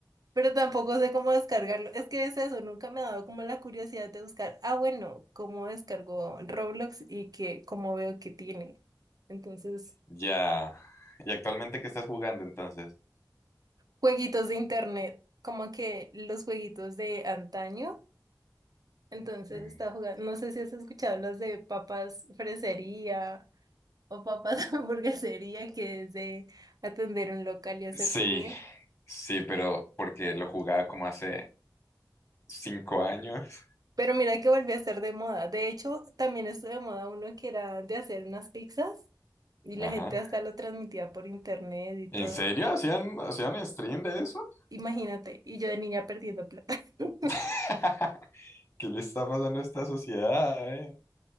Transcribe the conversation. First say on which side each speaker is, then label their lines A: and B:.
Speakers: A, on the right; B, on the left.
A: Pero tampoco sé cómo descargarlo. Es que es eso, nunca me ha dado como la curiosidad de buscar, ah, bueno, cómo descargo Roblox y que, cómo veo que tiene. Entonces,
B: Ya. ¿Y actualmente qué estás jugando entonces?
A: jueguitos de internet, como que los jueguitos de antaño. Entonces
B: Mm,
A: estaba jugando, no sé si has escuchado los de papas fresería o papas <laughs> hamburguesería, que es de atender un local y hacer
B: Sí,
A: comida.
B: sí, pero porque lo jugaba como hace cinco años.
A: Pero mira que volvió a estar de moda. De hecho, también estuvo de moda uno que era de hacer unas pizzas y
B: Ajá.
A: la gente hasta lo transmitía por internet y todo.
B: ¿En serio? ¿Hacían, hacían stream de eso?
A: Imagínate, y yo de niña perdiendo plata. <laughs>
B: <laughs> ¿Qué le está pasando a esta sociedad, eh?